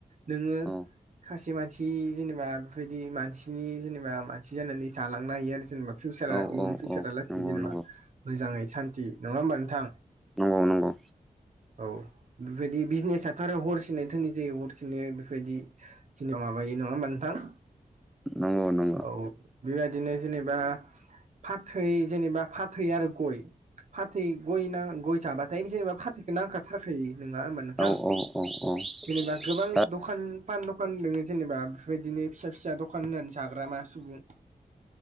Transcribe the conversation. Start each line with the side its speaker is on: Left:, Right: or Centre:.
Right: नोङो
Centre: औ
Right: खायसे मानसि जेनेबा बेफोरबायदि मानसिनि जेनेबा मानसि जानानै जालांनो हायो आरो जेनेबा फिउचारा
Centre: औ
Right: इयन
Centre: औ
Right: फिउचारा
Centre: औ
Right: लासै
Centre: नंगौ
Right: जेनेबा
Centre: नंगौ
Right: मोजाङै सान्थि नङा होमबा नोंथां
Centre: नंगौ नंगौ
Right: औ बेबायदि बिजनेसाथ' आरो हरसिनाय धोननि जायो हरसिनाय बेफोरबायदि जनिा माबायो नङा होमबा नोंथां।
Centre: नंगौ नंगौ
Right: औ बेबायदिनो जेनेबा फाथै जेनेबा फाथै आरो गय फाथै गय गय जाबाथाय जेनेबा फाथैखौ नांखा नङा होनबा नोंथां
Centre: औ औ औ औ
Right: जेनेबा गोबां
Centre: दा
Right: दखान पान दखान दङो जेनेबा बेफोरबायदिनो फिसा फिसा दखान होननानै जाग्रा मा सुबुं